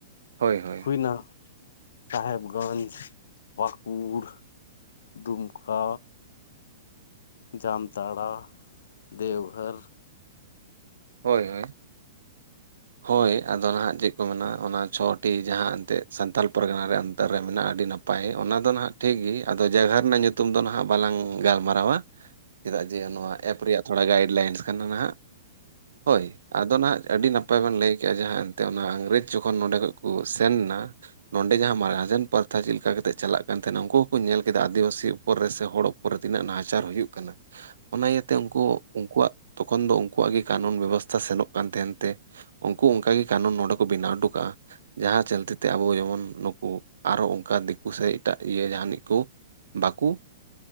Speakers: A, on the right; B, on the left.
A: ᱦᱳᱭ ᱦᱳᱭ ᱦᱳᱭ
B: ᱛᱤᱱᱟᱹ ᱥᱟᱦᱮᱵᱽᱜᱚᱧᱡᱽ, ᱯᱟᱸᱠᱩᱲ ᱫᱩᱢᱠᱟ ᱡᱟᱢᱛᱟᱲᱟ, ᱫᱮᱣᱜᱷᱚᱨ᱾
A: ᱦᱳᱭ ᱦᱳᱭ᱾ ᱦᱳᱭ ᱟᱫᱚ ᱱᱟᱦᱟᱜ ᱪᱮᱫ ᱠᱚ ᱢᱮᱱᱟ ᱚᱱᱟ ᱪᱷᱚᱴᱤ ᱡᱟᱦᱟᱸ ᱮᱱᱛᱮᱫ ᱥᱟᱱᱛᱟᱞ ᱯᱚᱨᱜᱟᱱᱟ ᱨᱮ ᱚᱱᱛ ᱨᱮ ᱢᱮᱱᱟᱜᱼᱟ ᱟᱹᱰᱤ ᱱᱟᱯ ᱯᱟᱭᱮ ᱚᱱᱟ ᱫᱚ ᱦᱟᱸᱜ ᱴᱷᱤᱠ ᱜᱤ ᱟᱫᱚ ᱡᱟᱭᱜᱟ ᱨᱮᱱᱟᱜ ᱧᱩᱛᱩᱢ ᱫᱚ ᱦᱟᱸᱜ ᱵᱟᱞᱟᱝ ᱜᱟᱞᱢᱟᱨᱟᱣᱟ᱾ ᱪᱤᱫᱟᱜ ᱡᱮ ᱱᱚᱣᱟ ᱮᱯ ᱨᱮᱭᱟᱜ ᱛᱷᱚᱲᱟ ᱜᱟᱭᱤᱰ ᱞᱟᱭᱤᱱᱥ ᱠᱟᱱᱟ ᱱᱟᱦᱟᱜ᱾ ᱦᱳᱭ ᱟᱫᱚ ᱱᱟᱦᱟᱜ ᱟᱹᱰᱤ ᱱᱟᱯᱟᱭ ᱵᱮᱱ ᱞᱟᱹᱭ ᱠᱮᱜᱼᱟ ᱡᱟᱦᱟ᱾ ᱛᱮ ᱚᱱᱟ ᱟᱝᱨᱮᱡᱽ ᱡᱚᱠᱷᱚᱱ ᱱᱚᱸᱰᱮ ᱠᱷᱚᱱ ᱠᱚ ᱥᱮᱱ ᱱᱟ᱾ ᱱᱚᱸᱰᱮ ᱡᱟᱦᱟᱸ ᱢᱟᱨᱟᱡᱚᱱ ᱯᱚᱨᱛᱷᱟ ᱪᱮᱫ ᱞᱮᱠᱟ ᱠᱟᱛᱮᱛ ᱪᱟᱞᱟᱜ ᱠᱟᱱ ᱛᱟᱦᱮᱱᱟ ᱩᱝᱠᱩ ᱦᱚᱸᱠᱚ ᱧᱮᱞ ᱠᱮᱫᱟ ᱟᱹᱫᱤᱵᱟᱹᱥᱤ ᱩᱯᱚᱨ ᱨᱮ ᱥᱮ ᱦᱚᱲ ᱯᱚᱨᱮ ᱛᱤᱱᱟᱹᱜ ᱱᱟᱦᱟᱪᱟᱨ ᱦᱩᱭᱩᱜ ᱠᱟᱱᱟ ᱚᱱᱟ ᱤᱭᱟᱹᱛᱮ ᱩᱱᱠᱩ ᱩᱱᱠᱩᱣᱟᱜ ᱛᱚᱠᱷᱚᱱ ᱫᱚ ᱩᱱᱠᱩᱣᱟᱜ ᱜᱮ ᱠᱟᱹᱱᱩᱱ ᱵᱮᱵᱚᱥᱛᱷᱟ ᱥᱮᱱᱚᱜ ᱠᱟᱱ ᱛᱟᱦᱮᱱ ᱛᱮ ᱩᱱᱠᱩ ᱚᱱᱠᱟᱜᱮ ᱠᱟᱹᱱᱩᱱ ᱱᱚᱰᱮ ᱠᱚ ᱵᱮᱱᱟᱣ ᱦᱚᱴᱚ ᱠᱟᱜᱼᱟ᱾ ᱡᱟᱦᱟᱸ ᱪᱚᱞᱛᱤᱛᱮ ᱟᱵᱚ ᱡᱮᱢᱚᱱ ᱱᱩᱠᱩ ᱟᱨᱚ ᱚᱱᱠᱟ ᱫᱤᱠᱩ ᱥᱮ ᱮᱴᱟᱜ ᱤᱭᱟᱹ ᱡᱟᱦᱟᱱᱤᱡ ᱠᱚ ᱵᱟᱠᱩ